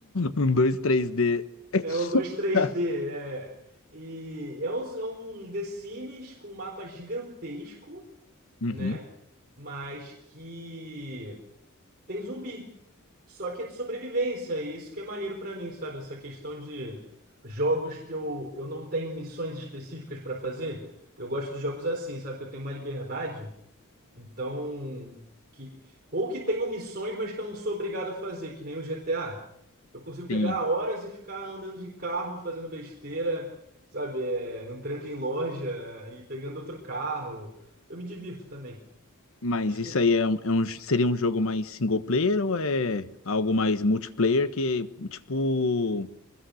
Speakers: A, on the left; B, on the right.
A: Um dois três d <laughs>
B: É um dois três d é. E é um, é um The Sims com um mapa gigantesco,
A: Uhum,
B: né? Mas que tem zumbi. Só que é de sobrevivência, e isso que é maneiro pra mim, sabe? Essa questão de jogos que eu, eu não tenho missões específicas pra fazer. Eu gosto de jogos assim, sabe? Que eu tenho uma liberdade. Então, que ou que tenham missões, mas que eu não sou obrigado a fazer, que nem o GTA. Eu consigo pegar
A: sim.
B: horas e ficar andando de carro, fazendo besteira, sabe? É, entrando em loja e pegando outro carro. Eu me divirto também.
A: Mas
B: Acho
A: isso
B: que.
A: aí é um, é um- seria um jogo mais single player ou é algo mais multiplayer que é tipo